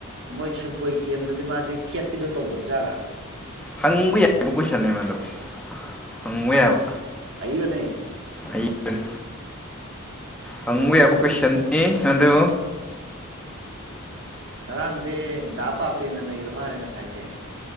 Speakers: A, on the right (about 60°); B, in the centre.
A: ꯃꯣꯢ ꯁꯦꯄꯣꯢ ꯀꯦꯝꯗꯗꯤ ꯃꯥꯗꯤ ꯈꯦꯠꯄꯤꯗꯣ ꯇꯧꯗꯕ ꯖꯥꯠꯂ
B: ꯍꯪꯕ ꯌꯥꯕ ꯀꯣꯢꯁꯟꯅꯦ ꯃꯗꯣ ꯍꯪꯕ ꯌꯥꯕ
A: ꯑꯏꯕꯅꯦ
B: ꯑꯩ ꯔꯟ ꯍꯪꯌ ꯌꯥꯕ ꯀꯣꯢꯁꯟꯅꯤ ꯑꯗꯨ
A: ꯉꯔꯥꯡꯗꯤ ꯗꯥ ꯄꯥꯄꯦ ꯅ ꯅꯩꯒ꯭ꯔ ꯃꯥꯜꯂꯦ ꯉꯁꯥꯢꯗꯤ